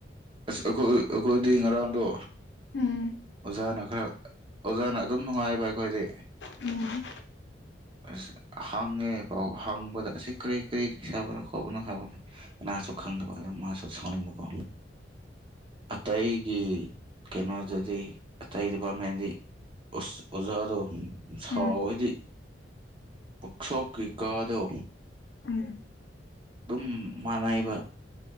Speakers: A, on the right (about 30°); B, on the left (about 75°).
A: ꯑꯁ ꯑꯩꯈꯣꯏ ꯑꯩꯈꯣꯏꯗꯤ ꯉꯔꯥꯡꯗꯣ
B: ꯎꯝ
A: ꯑꯣꯖꯥꯅ ꯈꯔ ꯑꯣꯖꯥꯅ ꯑꯗꯨꯝ ꯅꯨꯡꯉꯥꯏꯕ ꯑꯩꯈꯣꯏꯗꯤ
B: ꯎꯝ
A: ꯑꯁ ꯍꯪꯉꯦ ꯄꯥꯎ ꯍꯥꯡꯕꯗ ꯑꯁꯤ ꯀꯔꯤ ꯀꯔꯤ ꯁꯥꯕꯅꯣ ꯈꯣꯕꯅꯣ ꯍꯥꯏꯕꯅꯣ ꯉꯅꯥꯁꯨ ꯈꯪꯗꯕ ꯑꯗꯨ ꯃꯥꯁꯨ ꯁꯥꯎꯅꯤꯡꯕꯀꯣ ꯑꯇꯩꯒꯤ ꯀꯩꯅꯣꯗꯗꯤ ꯑꯇꯩ ꯗꯤꯄꯥꯝꯃꯦꯟꯗꯤ ꯎꯁ ꯑꯣꯖꯥꯗꯣ ꯁꯥꯎ
B: ꯎꯝ
A: ꯍꯥꯏꯗꯤ ꯄꯣꯛꯁꯣꯞꯀꯤ ꯀꯥꯗꯣ
B: ꯎꯝ
A: ꯗꯨꯝ ꯃꯥꯟꯅꯩꯕ